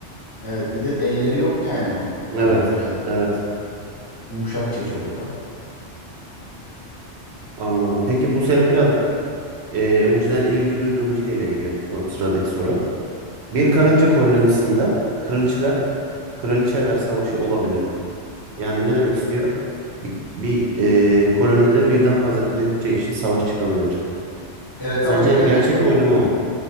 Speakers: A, on the left; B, on the right.
A: Evet. Bir de elleri yok yani o
B: Evet,
A: hayvancağız.
B: evet.
A: Yumuşakça çoğu da.
B: Anladım. Peki bu senin biraz e, önceden ilgi duyduğun bir şeyle ilgili bu soru, sıradaki soru. Bir karınca
A: Evet.
B: kolonisinde kraliçeler kraliçeler savaşı olabilir. Yani ne demek istiyor? Bir, bir e, kolonide birden fazla kraliçe için savaş çıkabilir.
A: Evet
B: Sence
A: ama genelde
B: gerçek
A: ko-
B: mi uydurma mı?